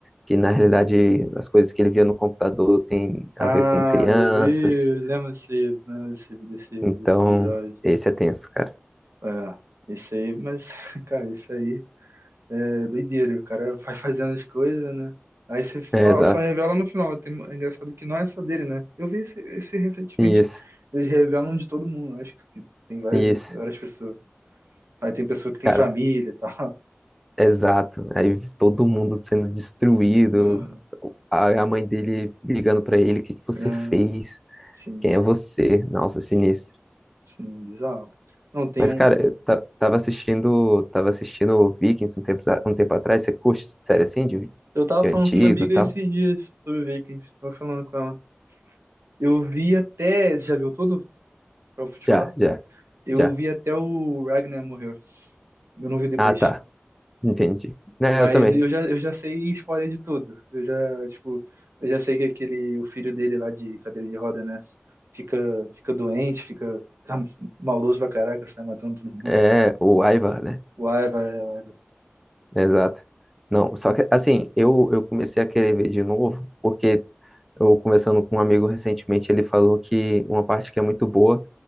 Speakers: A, in the centre; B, on the right (about 85°).
A: que na realidade as coisas que ele via no computador tem a
B: Ah,
A: ver com crianças.
B: eu vi, eu lembro desse, lembro desse, desse,
A: Então,
B: desse episódio.
A: esse é tenso, cara.
B: É, esse aí, mas, <laughs> cara, isso aí É doideira, o cara vai fazendo as coisas, né? Aí você só,
A: É, exato.
B: só revela no final. Tem- É engraçado que não é só dele, né? Eu vi esse, esse recentemente.
A: Isso,
B: Eles revelam de todo mundo, acho que tem várias,
A: isso,
B: várias pessoas. Aí tem pessoa que tem
A: cara.
B: família e tal.
A: Exato. Aí todo mundo sendo destruído,
B: Ah,
A: a a mãe dele ligando pra ele, o que que você
B: ah,
A: fez?
B: sim,
A: Quem é você? Nossa, sinistro.
B: sim, bizarro. Não, tem
A: Mas,
B: um.
A: cara, eu ta- tava assistindo, tava assistindo Vikings um tempo, um tempo atrás. Você curte série assim, de,
B: Eu tava
A: de
B: falando
A: antigo
B: com uma amiga
A: e tal?
B: esses dias sobre Vikings. Tava falando com ela. Eu vi até. Você já viu tudo? Pra eu te falar?
A: Já, já,
B: Eu
A: já.
B: vi até o Ragnar morrer. Eu não vi depois.
A: Ah, tá. Entendi. Né,
B: Mas
A: eu também.
B: eu já, eu já sei spoiler de tudo. Eu já, tipo, eu já sei que aquele, o filho dele lá de cadeira de roda, né? Fica, fica doente, fica, fica <laughs> maldoso pra caraca, sai matando todo mundo.
A: É, o Ivar, né?
B: Uai, vai, vai. vai.
A: Exato. Não, só que, assim, eu, eu comecei a querer ver de novo, porque eu, conversando com um amigo recentemente, ele falou que uma parte que é muito boa